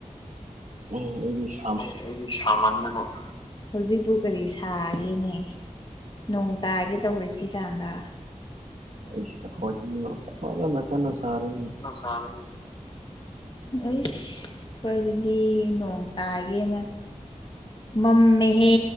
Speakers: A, on the right (about 80°); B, on the left (about 40°).
A: <unintelligible>
B: ꯑꯦ ꯑꯩꯗꯤ ꯁꯥꯃꯟꯗꯅ ꯍꯧꯖꯤꯛꯄꯨ ꯀꯔꯤ ꯁꯥꯒꯦꯅꯦ ꯅꯣꯡ ꯇꯥꯒꯦ ꯇꯧꯔꯤꯁꯤ ꯀꯥꯟꯗ
A: ꯏꯁ ꯑꯩꯈꯣꯏꯗꯤ ꯅꯨꯡꯁꯥ ꯐꯥꯖꯅꯥ ꯀꯟꯅꯥ ꯁꯔꯦꯅꯦ
B: ꯁꯥꯔꯦꯅꯦ ꯑꯩꯁ ꯈ꯭ꯋꯥꯏꯗꯗꯤ ꯅꯣꯡ ꯇꯥꯒꯦꯅ ꯃꯝꯃꯦꯍꯦ